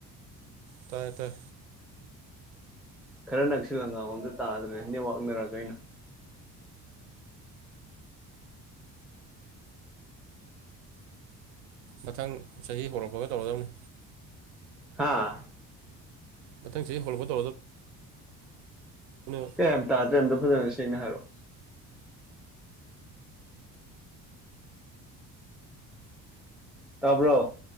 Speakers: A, on the right; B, in the centre.
A: ꯇꯥꯏ ꯇꯥꯏ
B: ꯈꯔ ꯅꯛꯁꯤꯜꯂ ꯉꯥꯡꯉꯣ ꯑꯃꯇꯪ ꯇꯥꯗ꯭ꯔꯦ ꯅꯦꯠꯋꯥꯛꯅꯔ ꯀꯩꯅꯣ
A: ꯃꯊꯪ ꯆꯍꯤ ꯍꯧꯔꯛꯄꯒ ꯇꯧꯔꯗꯝꯅꯤ
B: ꯍꯥꯥ
A: ꯃꯊꯪ ꯆꯍꯤ ꯍꯧꯒꯠꯂꯛꯄ ꯇꯧꯔꯗꯝ ꯑꯅꯨ
B: ꯀꯩꯝ ꯇꯥꯗ꯭ꯔꯦ ꯑꯝꯇ ꯐꯖꯅ ꯁꯦꯡꯅ ꯍꯥꯏꯔꯑꯣ ꯇꯕ꯭ꯔꯣ